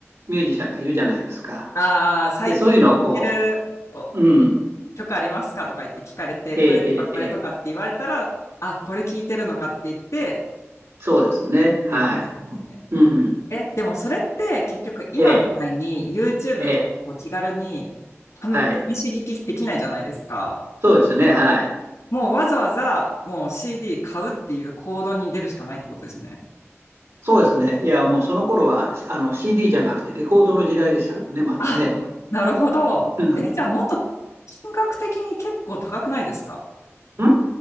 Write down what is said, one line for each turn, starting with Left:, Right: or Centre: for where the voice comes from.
Right: ミュージシャンがいるじゃないですか。
Left: ああ、最近聴いてるお
Right: で、そういうのをこう、うん、
Left: 曲ありますかとか言って聞かれて、
Right: ええ、
Left: これとかこれとかって言われたら、
Right: ええ、
Left: あ、これ聞いてるのかって言って、
Right: そうですね。
Left: っていう感じなんですね。
Right: はい。うん、
Left: え、でもそれって結局今みたいに
Right: ええ、
Left: YouTube
Right: ええ、
Left: とかでこう気軽に
Right: はい。
Left: 試試し聞きできないじゃないですか。
Right: そうですね。はい。
Left: もうわざわざもう CD 買うっていう行動に出るしかないってことですよね。
Right: そうですね。いや、もうその頃は、あの、CD じゃなくてレコードの時代でしたからね、まだね。
Left: あ、なるほど。
Right: うん
Left: え、じゃあもっと金額的に結構高くないですか
Right: ん